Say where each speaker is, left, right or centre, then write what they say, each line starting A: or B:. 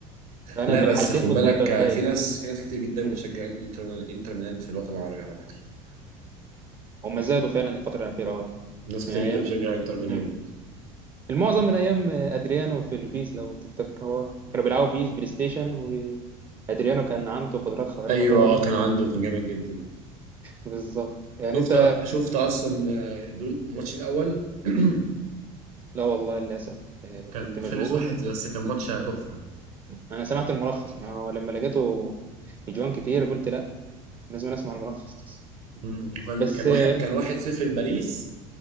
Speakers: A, on the right (about 25°); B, on the right (about 70°).
A: فانا
B: لا
A: في
B: بس
A: الحالتين
B: خد
A: كنت
B: بالك
A: هبقى
B: آه،
A: فايز
B: في ناس في ناس كتير جدا
A: مم.
B: بتشجع انتر ميلان- انتر ميلان في الوطن العربي على فكره
A: هم زادوا فعلا الفتره الاخيره اه
B: ناس كتير
A: من ايام
B: جدا بتشجع انتر ميلان
A: مم. المعظم من ايام ادريانو في البيس لو تفتكر هو كانوا بيلعبوا بيس بلاي ستيشن وادريانو كان عنده قدرات خارقه
B: ايوه
A: طبعا
B: آه، كان عنده كان جامد جدا
A: بالظبط يعني
B: شفت
A: انت
B: شفت اصلا آه، الدور- الماتش الاول <clears throat>
A: لا والله للاسف آه،
B: كان
A: كنت مشغول
B: خلص واحد بس كان ماتش تحفه
A: انا سمعت الملخص ما هو لما لقيته اجوان كتير قلت لا لازم اسمع الملخص
B: مم. وكان
A: بس
B: كان واحد
A: اه
B: كان واحد صفر لباريس